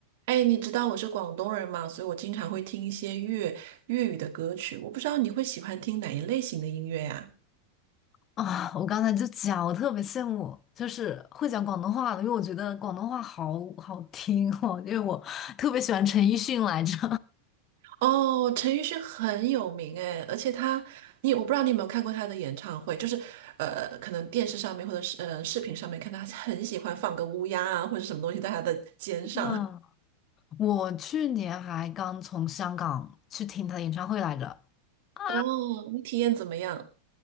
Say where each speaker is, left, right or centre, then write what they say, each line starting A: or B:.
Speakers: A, on the right (about 50°); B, on the left (about 30°).
A: 哎，你知道我是广东人嘛，所以我经常会听一些粤粤语的歌曲。我不知道你会喜欢听哪一类型的音乐呀、
B: 啊，我刚才就讲，我特别羡慕，就是会讲广东话的，因为我觉得广东话好好听哦，因为我特别喜欢陈奕迅来着。
A: 哦，陈奕迅很有名哎，而且他，你我不知道你有没有看过他的演唱会，就是呃，可能电视上面或者是呃视频上面看到他很喜欢放个乌鸦啊或者什么东西在他的肩上。
B: <laughs> 嗯，
A: <laughs>
B: 我去年还刚从香港去听他的演唱会来着啊！
A: 哦，你体验怎么样？